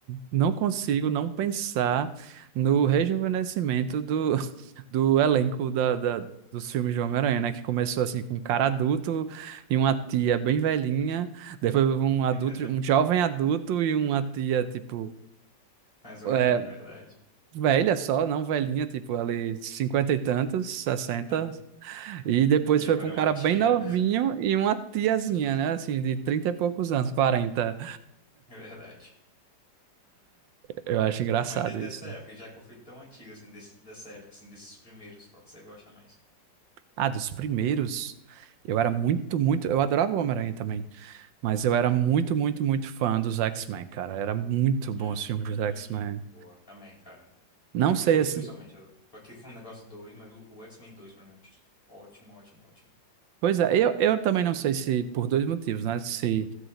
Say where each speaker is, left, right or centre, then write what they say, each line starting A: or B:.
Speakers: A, on the right (about 80°); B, on the left (about 30°).
A: não consigo não pensar no rejuvenescimento do, <laughs> do elenco da, da- dos filmes de Homem-Aranha, né? Que começou assim com um cara adulto e uma tia bem velhinha, depois um
B: <laughs>
A: adulto, um jovem adulto e uma tia, tipo,
B: Mas é,
A: é,
B: é verdade.
A: velha só, não velhinha, tipo, ali cinquenta e tantos, sessenta,
B: É.
A: e depois
B: E
A: foi
B: agora
A: para um
B: é uma
A: cara
B: tia,
A: bem novinho e uma tiazinha,
B: <laughs>
A: né? Assim, de trinta e poucos anos, 40.
B: é verdade.
A: Eu acho engraçado
B: Mas aí dessa
A: isso.
B: época, já que eu fui tão antigo assim, desse- dessa época, assim, desses primeiros, qual que você gosta mais?
A: Ah, dos primeiros, eu era muito, muito. Eu adorava o Homem-Aranha também, mas eu era muito, muito, muito fã dos X-Men, cara. Era muito bom
B: Hum,
A: os filmes dos X-Men.
B: boa, também, cara.
A: Não
B: E o
A: sei
B: 2
A: esse.
B: principalmente. Eu tô aqui com o negócio 2 mas o, o X-Men 2 pra mim. Ótimo, ótimo, ótimo.
A: Pois é, eu, eu também não sei se por dois motivos, né? Se